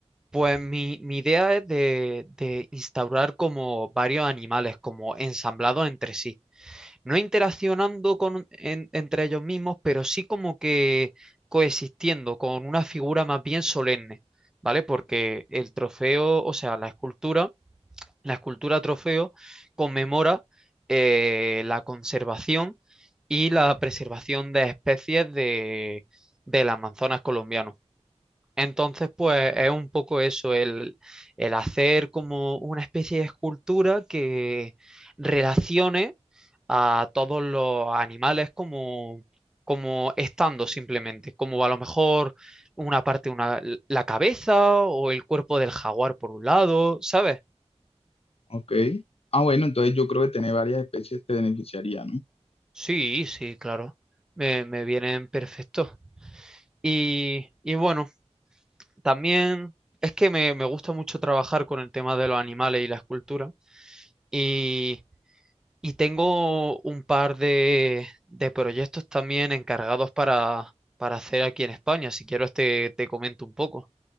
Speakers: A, in the centre; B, on the left.
A: Pues mi, mi idea es de, de instaurar como varios animales, como ensamblados entre sí. no interaccionando con, en- entre ellos mismos, pero sí como que coexistiendo con una figura más bien solemne, ¿vale? Porque el trofeo, o sea, la escultura, la escultura trofeo conmemora eh, la conservación y la preservación de especies de, del Amazonas colombiano. Entonces, pues es un poco eso, el, el hacer como una especie de escultura que relacione a todos los animales como, como estando simplemente, como a lo mejor una parte, una, la cabeza o el cuerpo del jaguar por un lado, ¿sabes?
B: Ok. Ah, bueno, entonces yo creo que tener varias especies te beneficiaría, ¿no?
A: Sí, sí, claro, me, me vienen perfectos. Y, y bueno, también es que me, me gusta mucho trabajar con el tema de los animales y la escultura. Y Y tengo un par de, de proyectos también encargados para, para hacer aquí en España. Si quieres te, te comento un poco.